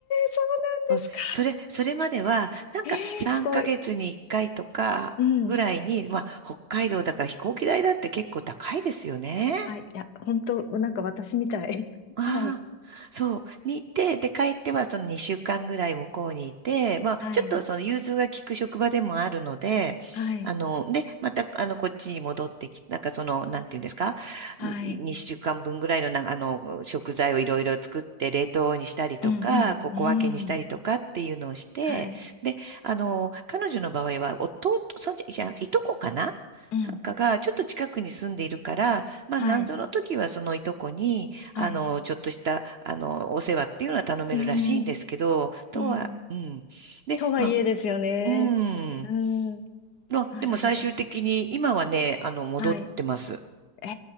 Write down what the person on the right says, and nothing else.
うん、それ、それまでは、なんか3ヶ月に1回とかぐらいに、
まあ、北海道だから飛行機代だって結構高いですよね。
ああ、
そう。に行って、で、帰ってはその2週間ぐらい向こうにいて、まあ、
ちょっとその融通が利く職場でもあるので、
あの、で、また、あの、こっちに戻ってき、なんかその、なんていうんですか、
2週間分ぐらいのな、あの、食材をいろいろ作って、冷凍にしたりとか、
こう小分けにしたりとかっていうのをして、
で、あの、彼女の場合は、弟、そんじ、いや、いとこかな
なんかが、ちょっと近くに住んでいるから、まあ、
なんぞの時はそのいとこに、
あの、ちょっとした、あの、お世話っていうのは頼めるらしいんですけど、
とは、
うん。で、
まあ、うん。
まあ、
でも最終的に、今はね、あの、戻ってます。